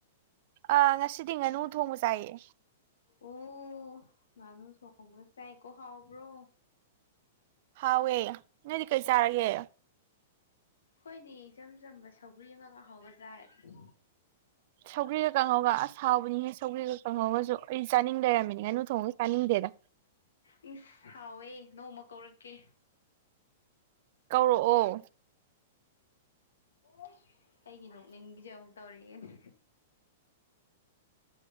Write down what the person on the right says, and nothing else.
ꯑꯥ ꯉꯁꯤꯗꯤ ꯉꯥꯅꯨ ꯊꯣꯡꯕ ꯆꯥꯏꯌꯦ
ꯍꯥꯎ ꯌꯦ ꯅꯣꯏꯗꯤ ꯀꯩ ꯆꯔꯒꯦ
ꯁꯧꯒ꯭ꯔꯤꯒ ꯀꯪꯉꯧꯒ ꯑꯥꯁ ꯍꯥꯎꯕꯅꯤ ꯁꯧꯒꯔꯤꯒꯥ ꯉꯥꯡꯍꯧꯒꯁꯨ ꯑꯩꯁꯩ ꯆꯥꯅꯤꯡ ꯂꯩꯔꯝꯃꯤꯅꯤꯉꯅꯨ ꯊꯣꯡꯉꯥ ꯇꯥꯅꯤꯡꯗꯦꯗ
ꯀꯧꯔꯛꯑꯣ